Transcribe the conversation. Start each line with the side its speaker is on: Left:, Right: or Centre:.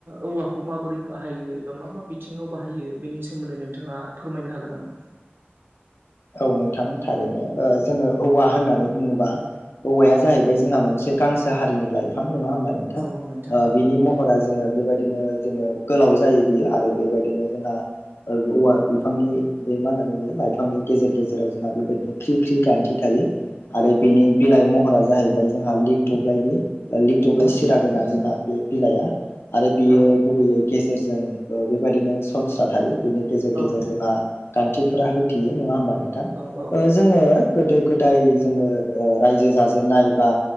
Right: औवाखौ माबोरै बाहायो बा मा मा बिथिङाव बाहायो बेनि सोमोन्दै नोंथाङा फोरमायनो हागोन नामा
Left: औ नोंथां थारैनो जोङो औवा होननानै बुङोबा औवाया जाहैबाय जोंहा मोनसे गांसो हारिनि लाइफां नङा होमबा नोंथां
Right: औ
Left: ओ
Right: औ नोंथां औ
Left: बेनि महरा जोङो बेबायदिनो जोङो गोलाव जायो बियो आरो बेबायदिनो जोंहा ओ औवा बिफांनि बे मा होनना नुयो लाइफांनि गेजेर गेजेराव जोंहा बेबायदि ख्रि ख्रि गान्थि थायो आरो बिनि बिलाइ महरा जाहैबाय जोंहा लिग दब्लाइनि बा लिग दब्लाय
Right: औ
Left: सिरा गोनां जोंहा बे बिलाइआ आरो बियो
Right: औ
Left: गुबैयै गेजेरजों ओ बेबायदिनो सनस्रा थायो बेनि गेजेर
Right: औ
Left: गेजेर
Right: नोंथां
Left: जोंहा गान्थिफोरा होथेयो नङा होमबा नोंथां
Right: औ औ
Left: ओ जोङो गोदो गोदाय जोङो ओ रायजो जाजेननाय बा